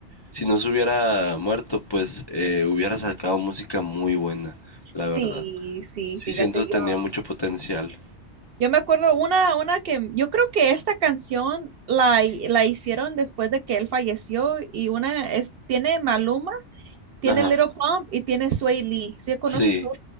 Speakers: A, on the left; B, on the right.
A: si no se hubiera muerto, pues eh, hubiera sacado música muy buena, la
B: Sí,
A: verdad.
B: sí,
A: Sí
B: fíjate,
A: siento que
B: yo,
A: tenía mucho potencial.
B: yo me acuerdo una, una que yo creo que esta canción la, hi- la hicieron después de que él falleció y una es, tiene Maluma, tiene
A: Ajá,
B: Little Pump y tiene Sway Lee. ¿Sí conoces
A: sí.
B: tú?